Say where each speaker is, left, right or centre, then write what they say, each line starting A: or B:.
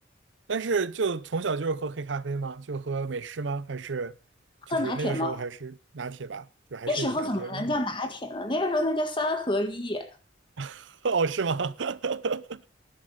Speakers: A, on the right; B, on the left.
A: 但是就从小就是喝黑咖啡吗？就喝美式吗？还是就是那个时候还是拿铁吧，
B: 喝拿铁吗？
A: 就还是以拿铁为
B: 那时候怎么能叫拿铁呢？那个时候那叫三合一，
A: <laughs> 哦，是吗？<laughs>